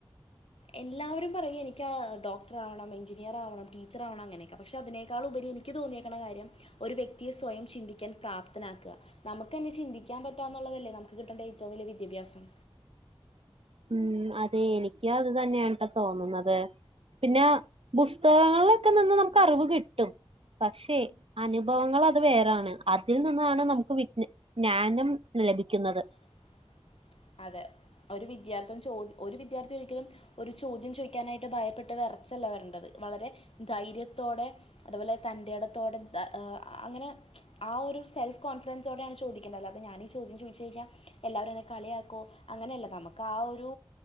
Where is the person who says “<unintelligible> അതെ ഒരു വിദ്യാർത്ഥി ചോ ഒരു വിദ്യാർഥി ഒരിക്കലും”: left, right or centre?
Left